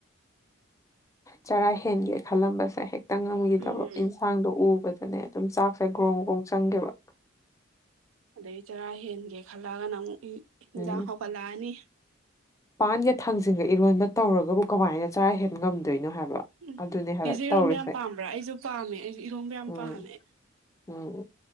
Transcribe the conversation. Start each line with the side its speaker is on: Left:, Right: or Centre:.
Left: ꯆꯔꯥ ꯍꯦꯟꯒꯦ ꯈꯜꯂꯝꯕꯁꯦ ꯍꯦꯛꯇ ꯉꯝꯈꯤꯗꯕꯣ
Right: ꯎꯝ
Left: ꯏꯟꯁꯥꯡꯗꯣ ꯎꯕꯗꯅꯦ ꯑꯗꯨꯝ ꯆꯥꯛꯁꯦ ꯒ꯭ꯔꯣꯡ ꯒ꯭ꯔꯣꯡ ꯆꯪꯒꯤꯕ
Right: ꯑꯗꯒꯤ ꯆꯔꯥ ꯍꯦꯟꯒꯦ ꯈꯜꯂꯒꯅ ꯑꯃꯨꯛ ꯏꯟꯖꯥꯡ
Left: ꯎꯝ
Right: ꯍꯥꯎꯒꯠꯂꯛꯑꯅꯤ
Left: ꯄꯥꯟꯒ ꯊꯥꯡꯖꯤꯡꯒ ꯏꯔꯣꯟꯕ ꯇꯧꯔꯒꯕꯨ ꯀꯃꯥꯏꯅ ꯆꯥꯔꯥ ꯍꯦꯟ ꯉꯝꯗꯣꯏꯅꯣ ꯍꯥꯏꯕ
Right: ꯎꯝ
Left: ꯑꯗꯨꯅꯦ ꯍꯥꯏꯕ
Right: ꯆꯦꯁꯨ ꯏꯔꯣꯝꯕ
Left: ꯇꯧꯔꯤꯁꯦ
Right: ꯌꯥꯝ ꯄꯥꯝꯕ꯭ꯔꯥ ꯑꯩꯁꯨ ꯄꯥꯝꯃꯦ ꯑꯩꯁꯨ ꯏꯔꯣꯝꯕ ꯌꯥꯝ
Left: ꯎꯝ
Right: ꯄꯥꯝꯃꯦ
Left: ꯎꯝ